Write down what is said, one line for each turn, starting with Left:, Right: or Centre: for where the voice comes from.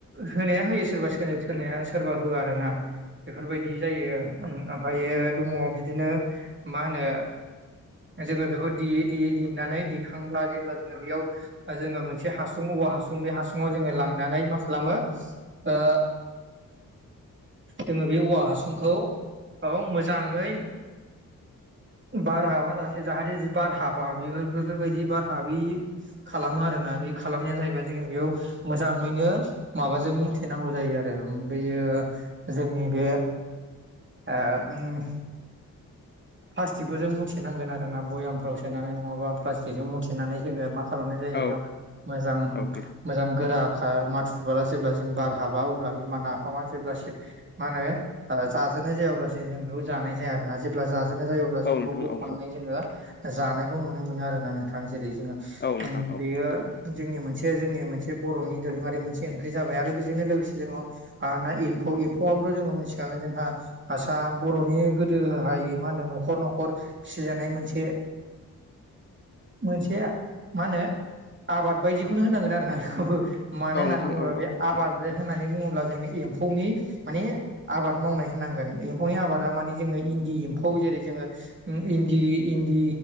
Right: होनाया होयो सोरबा सोरबा सोरा सोरबा होआ आरो ना बेफोरबायदि जायो ओमफ्रायो दंङ बिदिनो मा होनो जोंङो बेखौ देयै देयै देनानै दिेखांब्ला जेब्ला जोंङो बेयाव जोंङो मोनसे हासुं औवा हासुं बे हासुुङाव जोंङो लांनानै मा खालामो ओ जोंङो बे औवा हासुंखौ मोजाङैय बार हाबा जासे जाहाथे बार हाबा बे बेफोरबायदि बार हाबै खालामो आरोना बे खालामनाया जाहैबाय जोंङो बेयाव मोजाङैनो माबाजों मुथेेनांगौ जायो आरो बेयो। जोंनि बे ओ उम प्लास्टिकफोरजों मुथिनांगोन आरोना भयामफ्राव सोनानै नंङाबा प्लास्टिकजों मुथेनानै जोंङो मा खालामनाय जायो
Left: औ
Right: बेयाव मोजां
Left: औ नोंथां
Right: मोजां गोरा माथु जेब्ला जों बार हाबा अब्ला बि नाफामा जेब्लासिम मा होनो ओ जाजानाय जाया अब्लासिम जों बेखौ जानाय जाया आरोना जेब्ला जाजेननाय जायो अब्ला जों
Left: औ
Right: बेखौ
Left: नोंथां
Right: बख'नानै
Left: औ
Right: जोङो जानायखौ नुनो मोनो आरो ना नोंथां जेरै जोङो
Left: औ नोंथां
Right: उम
Left: औ
Right: बियो जोंनि मोनसे जोंनि मोनसे बर'नि दोरोङारि मोनसे ओंख्रि जाबाय आरो बेजोंनो लोगोसे जोङो आरो ना एम्फौ एम्फौआबोथ' जोङो मिथिखागौ जोंहा आसा बर'नि गोदोहाय मा होनो न'खर न'खर फिसिजानाय मोनसे मोनसे मा होनो आबाद बायदिखौनो होनांगोन आरो ना बेखौबो मानो
Left: औ
Right: होननानै
Left: नोंथां
Right: बुंङोब्ला
Left: औ
Right: बे आबाद होननानै बुंङोब्ला जोंङो एम्फौनि माने आबाद मावनाय होननांगोन। एम्फौनि आबादा माने जोंङो इन्दि एम्फौ जेरै जोंङो उम इन्दि इन्दि